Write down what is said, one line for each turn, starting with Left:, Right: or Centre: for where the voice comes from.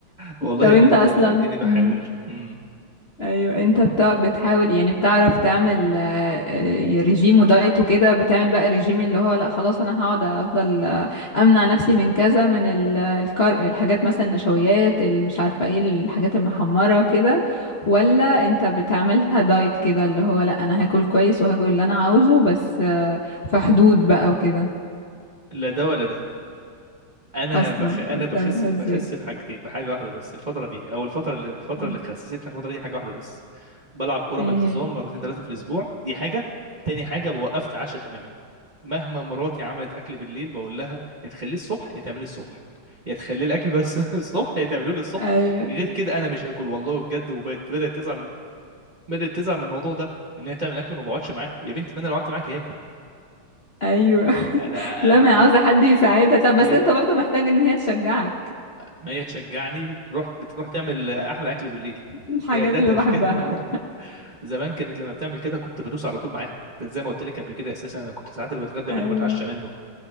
Right: والله
Left: طب
Right: يا
Left: انت
Right: بنتي
Left: اصلا
Right: اديني بحاول
Left: مم.
Right: امم
Left: ايوه انت بتاع بتحاول يعني بتعرف تعمل آه، آه، ريجيم ودايت وكده بتعمل بقى الريجيم اللي هو لا خلاص انا هقعد افضل آه، امنع نفسي من كذا من ال- الكارب الحاجات مثلا النشويات اللي مش عارفه ايه الحاجات المحمره كده ولا انت بتعملها دايت كده اللي هو لا انا هاكل كويس وهاكل اللي انا عاوزه بس آه، في حدود بقى وكده
Right: لا ده ولا ده انا
Left: اصلا
Right: بخ... انا
Left: بتعملها
Right: بخس بخس
Left: ازاي
Right: في حاجتين بحاجه واحده بس الفتره دي او الفتره اللي الفتره
Left: مم.
Right: اللي خسستني الفتره دي حاجه واحده بس بلعب كوره
Left: ايه
Right: بانتظام
Left: هي؟
Right: مرتين ثلاثه في الاسبوع دي حاجه تاني حاجه بوقفت عشاء تماما مهما مراتي عملت اكل بالليل بقول لها يا تخليه الصبح يا تعملي الصبح يا تخلي الاكل بس <laughs> الصبح يا تعملوه لي الصبح
Left: ايوه
Right: غير كده انا مش هاكل والله بجد وبدات بدات تزعل من بدات تزعل من الموضوع ده ان هي تعمل اكل ما بقعدش معاها يا بنتي ما انا لو قعدت معاك هاكل
Left: ايوه <laughs>
Right: انا
Left: لا ما هي عاوزه حد يساعدها طب بس
Right: ي...
Left: انت برضو محتاج ان هي تشجعك
Right: ما هي تشجعني بتروح بتروح تعمل احلى اكل بالليل
Left: الحاجات
Right: هي ده تشجيع
Left: اللي بحبها
Right: <laughs> زمان كانت لما بتعمل كده كنت بدوس على طول معاها كنت زي ما قلت لك قبل كده اساسا انا كنت ساعات اللي بتغدى
Left: ايوه
Right: منه بتعشى منه